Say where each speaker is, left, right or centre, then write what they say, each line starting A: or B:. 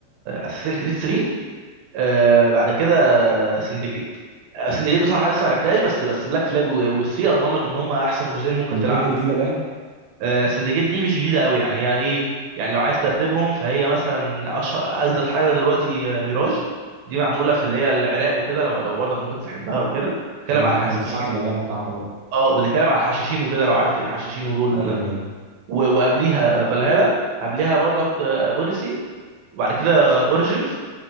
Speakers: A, on the right; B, on the right.
A: اساسن كريد 3 آه بعد كده سندكيت آه، سندكيت بصراحه لسه ما لعبتهاش بس بس بلاك فلاج والثري اضمن لك ان هم احسن جزئين ممكن
B: كنت
A: تلعبهم
B: كده جديده
A: يعني
B: باين
A: آه سندكيت دي مش جديده قوي يعني هي ايه يعني لو عايز ترتبهم فهي مثلا اشهر اجدد حاجه دلوقتي آه، ميراج دي معموله في اللي هي العراق وكده لو لو برضك ممكن تحبها وكده بتتكلم
B: اه
A: على
B: انا
A: الحشاشين
B: كنت سمعت الاعلان بتاعها
A: اه بتتكلم على الحشاشين وكده لو عارف الحشاشين ودول
B: ايوه
A: الناس دي
B: ايوه
A: و- وقبليها فالهالا قبليها برضك اوديسي وبعد كده اوريجينز